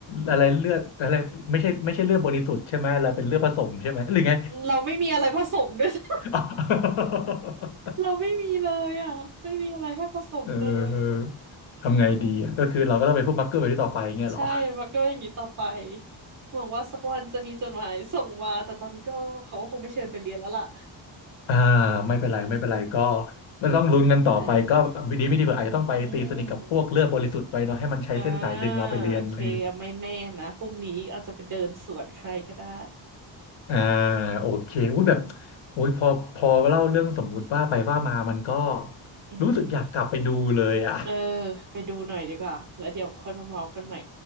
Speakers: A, on the left (about 85°); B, on the right (about 40°).
A: อะไรเลือดอะไรไม่ใช่ไม่ใช่เลือดบริสุทธิ์ใช่ไหมเราเป็นเลือดผสมใช่ไหมหรือไง
B: เราไม่มีอะไรผสมด้วย <laughs>
A: <laughs> อ๋อ <laughs>
B: เราไม่มีเลยอ่ะไม่มีอะไรให้ผสมเลย
A: เออทำไงดีอะก็คือเราก็ต้องเป็นผู้มักเกอร์ไปที่ต่อไปเงี้ยเหรอ
B: นั่นแหละใช่มักเกิลอย่างนี้ต่อไปหวังว่าสักวันจะมีจดหมายส่งมาแต่ตอนนี้ก็เขาก็คงไม่เชิญไปเรียนแล้วล่ะ
A: อ่าไม่เป็นไรไม่เป็นไรก็ไม่ต้องลุ้นกันต่อไปก็ดีไม่ดีเผื่ออาจจะต้องไปตีสนิทกับพวกเลือดบริสุทธิ์ไปเนาะให้มันใช้เส้นสายดึงเราไปเรียนอะไรอย่างเงี้ย
B: <laughs> นะอืม อ่าโอเคเอาไม่แน่นะพรุ่งนี้อาจจะไปเดินสวนใครก็ได้
A: อ่าโอเคอุ้ยแบบ
B: อืม
A: อุ้ยพอพอเล่าเรื่องสมมุติว่าไปว่ามามันก็
B: อืม
A: รู้สึกอยากกลับไปดูเลยอ่ะ
B: เออไปดูหน่อยดีกว่าแล้วเดี๋ยวค่อยมาเมากันใหม่